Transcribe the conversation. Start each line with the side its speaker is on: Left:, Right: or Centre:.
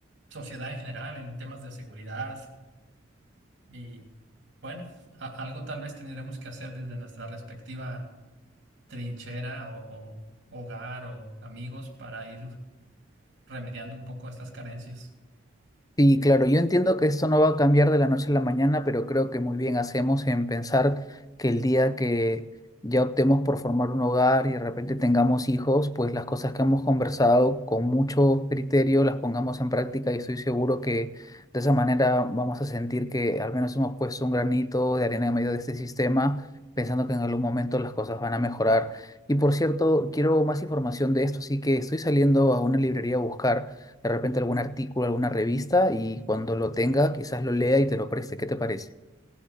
Right: sociedad en general, en temas de seguridad. Y bueno, a- algo tal vez tendremos que hacer desde nuestra respectiva trinchera o, o hogar o amigos para ir remediando un poco estas carencias.
Left: Sí, claro, yo entiendo que esto no va a cambiar de la noche a la mañana, pero creo que muy bien hacemos en pensar que el día que ya optemos por formar un hogar y de repente tengamos hijos, pues las cosas que hemos conversado con mucho criterio las pongamos en práctica y estoy seguro que de esa manera vamos a sentir que al menos hemos puesto un granito de arena en medio de este sistema, pensando que en algún momento las cosas van a mejorar. Y por cierto, quiero más información de esto, así que estoy saliendo a una librería a buscar de repente algún artículo, alguna revista y cuando lo tenga quizás lo lea y te lo preste. ¿Qué te parece?